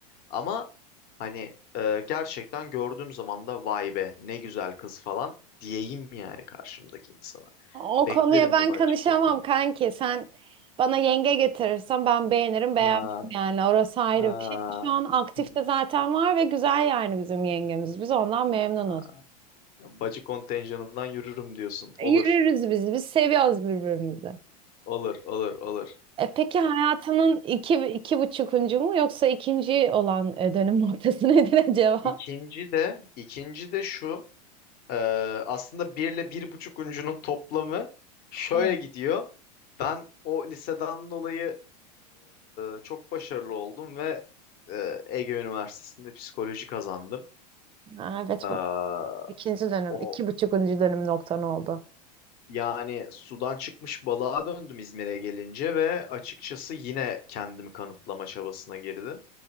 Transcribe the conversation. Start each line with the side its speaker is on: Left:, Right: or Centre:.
Left: Ama hani e, gerçekten gördüğüm zaman da vay be ne güzel kız falan diyeyim yani karşımdaki insana.
Right: O
Left: Beklerim
Right: konuya ben
Left: bunu
Right: kanışamam
Left: açıkçası.
Right: kanki. Sen bana yenge getirirsen ben beğenirim beğenmem
Left: Ha,
Right: yani orası ayrı
Left: ha.
Right: bir şey. Şu an aktifte
Left: Hı.
Right: zaten var ve güzel yani bizim yengemiz. Biz ondan memnunuz.
Left: Ha. Bacı kontenjanından yürürüm diyorsun. Olur,
Right: Yürürüz biz. Biz seviyoruz birbirimizi.
Left: olur, olur, olur.
Right: E peki hayatının iki, iki buçukuncu mu yoksa ikinci olan e, dönüm noktası <laughs> nedir acaba?
Left: İkinci de ikinci de şu e, aslında bir ile bir buçuk uncunun toplamı şöyle
Right: Evet.
Left: gidiyor. Ben o liseden dolayı e, çok başarılı oldum ve e, Ege Üniversitesi'nde psikoloji kazandım.
Right: Aa, evet
Left: E,
Right: bu ikinci dönüm.
Left: o
Right: iki buçukuncu dönüm noktan oldu.
Left: yani sudan çıkmış balığa döndüm İzmir'e gelince ve açıkçası yine kendimi kanıtlama çabasına girdim.